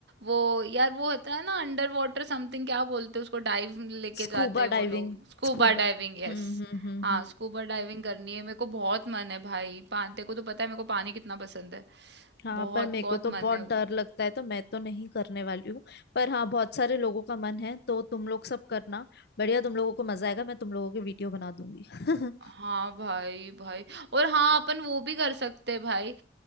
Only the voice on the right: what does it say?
वो यार वो होता है ना अंडर वाटर समथिंग क्या बोलते हैं उसको डाइव लेके
जाते हैं
वो लोग स्कूबा
डाइविंग यस
हाँ
स्कूबा डाइविंग करनी है मेरे को बहुत मन है भाई पानी को तो पता है मेरे को पानी कितना पसंद है
बहुत
बहुत
मन है
हाँ भाई भाई और हाँ अपन वो भी कर सकते हैं भाई